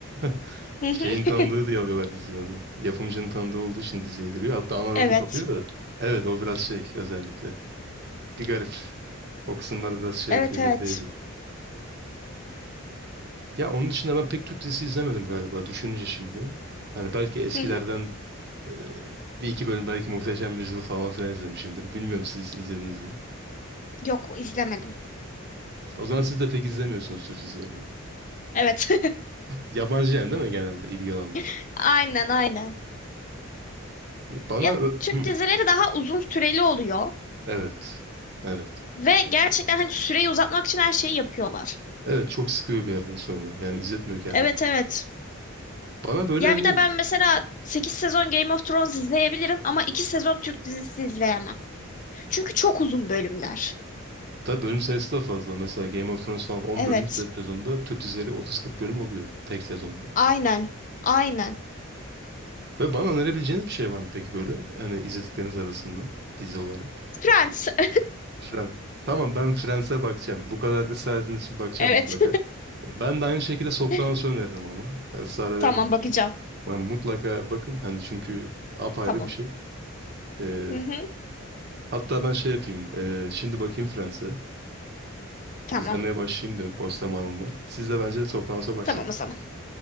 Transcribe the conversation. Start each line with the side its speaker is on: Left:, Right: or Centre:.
Right: <laughs>
Left: Hı
Right: Şeyin
Left: hı. <laughs>
Right: tanıdığı diye alıyorlar diziyi onu. Yapımcının tanıdığı olduğu için diziye giriyor. Hatta ana rolü
Left: Evet.
Right: kapıyor da. Evet o biraz şey özellikle. Bir garip. O kısımlar biraz şey
Left: Evet
Right: yapıyor.
Left: evet.
Right: irite Ya onun dışında ben pek Türk dizisi izlemedim galiba düşününce şimdi. Hani belki eskilerden
Left: Hı hı.
Right: e, bir iki bölüm belki Muhteşem Yüzyıl falan filan izlemişimdir. Bilmiyorum siz izlediniz mi?
Left: Yok izlemedim.
Right: O zaman siz de pek izlemiyorsunuz Türk dizilerini.
Left: Evet.
Right: Yabancı yani değil mi genelde ilgi alanınız?
Left: <laughs> Aynen aynen.
Right: Ya bana...
Left: Ya
Right: ö-
Left: Türk
Right: Hı,
Left: dizileri daha uzun süreli oluyor
Right: evet. Evet.
Left: ve gerçekten hani süreyi uzatmak için her şeyi yapıyorlar.
Right: Evet çok sıkıyor bir yerden sonra. Yani izletmiyor kendini.
Left: Evet evet.
Right: Bana böyle
Left: Ya
Right: hani...
Left: bir de ben mesela 8 sezon Game of Thrones izleyebilirim ama 2 sezon Türk dizisi izleyemem. Çünkü çok uzun bölümler.
Right: Tabii bölüm sayısı da fazla. Mesela Game of Thrones falan on
Left: Evet.
Right: bölüm bir sezonda Türk dizileri otuz kırk bölüm oluyor tek sezonda.
Left: Aynen. Aynen.
Right: Ve bana önerebileceğiniz bir şey var mı peki böyle? Hani izledikleriniz arasından dizi olarak.
Left: Friends. <laughs>
Right: Friends. Tamam ben Friends'e bakacağım. Bu kadar ısrar ettiğiniz için bakacağım
Left: Evet.
Right: mutlaka. Ben de aynı şekilde Sopranos'u
Left: <laughs>
Right: öneririm ama. Ya, ısrar
Left: Tamam
Right: ederim yani.
Left: bakacağım.
Right: Ben mutlaka bakın hani çünkü apayrı
Left: Tamam.
Right: bir şey. Ee,
Left: Hı hı.
Right: hatta ben şey yapayım. ee, şimdi bakayım Friends'e.
Left: Tamam.
Right: İzlemeye başlayayım diyorum. Boş zamanım var. Siz de bence Sopranos'a başlayın.
Left: Tamam o zaman.